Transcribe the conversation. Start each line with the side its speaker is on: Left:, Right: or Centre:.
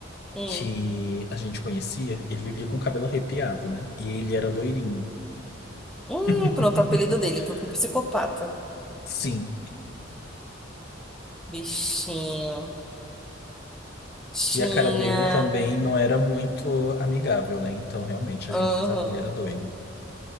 Centre: Hum,
Left: que a gente conhecia, ele vivia com o cabelo arrepiado, né? E ele era loirinho.
Centre: hum,
Left: <laughs>
Centre: pronto, o apelido dele, Piu Piu psicopata.
Left: Sim.
Centre: Bichinho. Tinha.
Left: E a cara dele também não era muito amigável, né? Então, realmente,
Centre: Aham.
Left: a gente pensava que ele era doido.